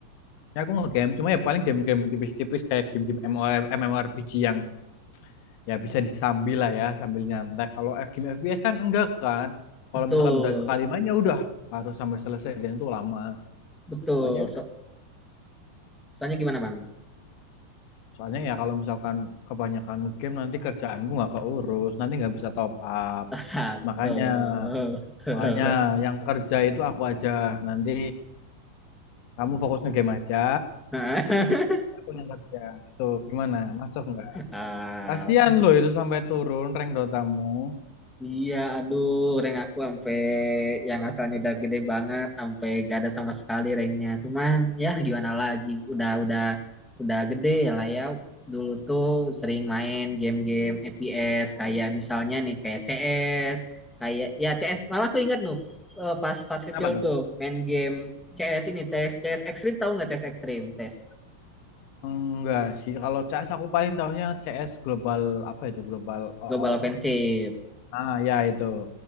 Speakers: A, on the left; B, in the centre.
A: ya aku nge-game cuma ya paling game-game tipis-tipis kayak game-game MMOR- MMORPG yang ya bisa disambil lah ya sambil nyantai kalau eh, game FPS kan enggak kan kalau
B: betul
A: misalkan udah sekali main ya udah harus sampai selesai dan itu lama
B: betul
A: makanya
B: so, soalnya gimana bang
A: soalnya ya kalau misalkan kebanyakan game nanti kerjaanku nggak keurus nanti nggak bisa top up
B: <laughs> Ah, betul
A: makanya
B: betul
A: makanya yang kerja itu aku aja nanti kamu fokus nge-game aja
B: <laughs>
A: aku yang kerja tuh gimana masuk nggak
B: ah,
A: Kasihan loh itu sampai turun rank Dotamu.
B: Iya, aduh, rank aku sampai yang asalnya udah gede banget, sampai gak ada sama sekali ranknya. Cuman ya gimana lagi, udah udah udah gede ya lah ya. Dulu tuh sering main game-game FPS kayak misalnya nih kayak CS, kayak ya CS. Malah aku ingat tuh eh, pas pas kecil
A: apa tuh?
B: tuh main game CS ini CS CS Extreme tahu nggak CS Extreme? CS
A: Enggak sih, kalau CS aku paling tahunya CS global apa itu global oh,
B: Global
A: oh,
B: Offensive.
A: oh. Ah ya itu.